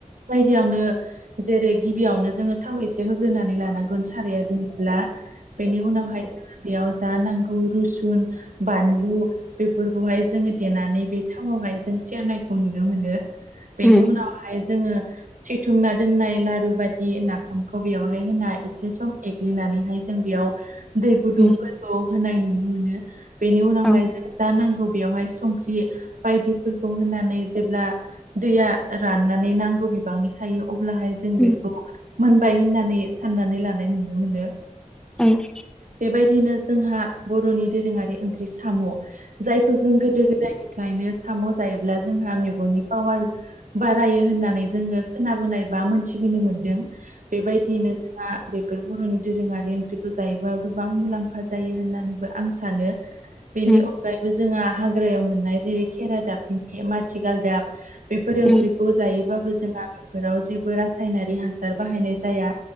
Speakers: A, on the right; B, in the centre.
A: बायदियावनो जेरै गिबियावनो जोङो थाव एसे होग्रोनानै लानांगोन साराया दुंब्ला बेनि उनावहाय जोङो बेयाव जा नांगौ रुसुन बानलु बेफोरखौहाय जोङो देनानै बे थावावहाय जों सेरनायखौ नुनो मोनो बेनि
B: उम उम
A: उनावहाय जोङो सिथुमना दोननाय लारु बायदि नाफाम खौ बेयावहाय होना एसे सम एग्लिनानैहाय जों बेयाव दै गुदुंफोरखौ
B: उम
A: होनाय नुनो मोनो बेनि उनावहाय
B: औ उम औ
A: जों जा नांगौ बेवहाय संख्रि बायदिफोरखौ होनानै जेब्ला दैया राननानै नांगौ बिबांनि थायो अब्लाहाय जों
B: उम
A: बेखौ मोनबाय होननानै साननानै लानाय नुनो मोनो
B: <inaudible>
A: बेबायदिनो जोंहा बर'नि दोरोङारि ओंख्रि साम' जायखौ जों गोदो गोदायनि फ्रायनो साम' जायोब्ला जोंहा मेगननि पावार बारायो होननानै जोङो खोनाबोनाय बा मोन्थिबोनो मोनदों बेबायदियैनो जोंहा बेफोर बर'नि दोरोङारि ओंख्रिखौ जायोबा गोबां मुलाम्फा जायो होननानैबो आं सानो सानो बेनि
B: उम
A: अनगायैबो जोंहा हाग्रायाव मोननाय जेरै खेरादाफिनि माथिगालदाब बेफोर ओंख्रिखौ
B: उम
A: जायोबाबो जोंहा बेफोराव जेबो रासायनारि हासार बाहायनाय जाया